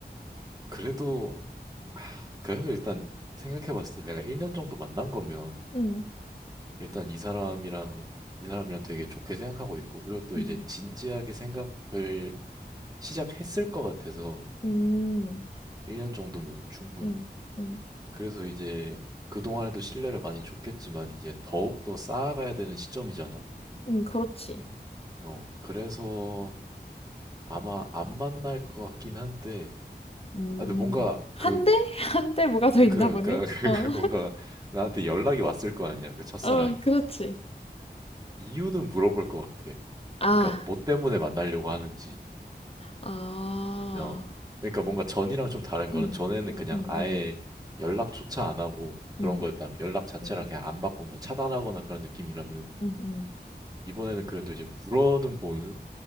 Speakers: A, on the right; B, on the left.
A: 그래도, 하, 그래도 일단 생각해봤을 때 내가 1년 정도 만난 거면
B: 음,
A: 일단 이 사람이랑, 이 사람이랑 되게 좋게 생각하고 있고, 그리고 또
B: 음,
A: 이제 진지하게 생각을 시작했을 것 같아서
B: 음,
A: 1년 정도면 충분히.
B: 음, 음,
A: 그래서 이제 그동안에도 신뢰를 많이 줬겠지만 이제 더욱더 쌓아가야 되는 시점이잖아.
B: 응, 그렇지.
A: 어, 그래서 아마 안 만날 것 같긴 한데,
B: 음.
A: 아, 근데 뭔가
B: 한
A: 그
B: 대? <laughs> 한 대 뭐가 더 있나
A: 그,
B: 보네.
A: 그, <laughs>
B: 어.
A: 뭔가 나한테 연락이 왔을 거 아니야, 그 첫사랑이.
B: <laughs> 어, 그렇지.
A: 이유는 물어볼 것 같아.
B: 아,
A: 그러니까 뭐 때문에 만나려고 하는지.
B: 아.
A: 어. 그러니까 뭔가 전이랑 좀 다른
B: 음,
A: 거는 전에는
B: 음,
A: 그냥
B: 음,
A: 아예 연락조차 안 하고 그런
B: 음,
A: 거였다면 연락 자체를
B: 음,
A: 그냥 안 받고 뭐 차단하거나 그런 느낌이라면
B: 음, 음, 음.
A: 이번에는 그래도 이제 물어는 보는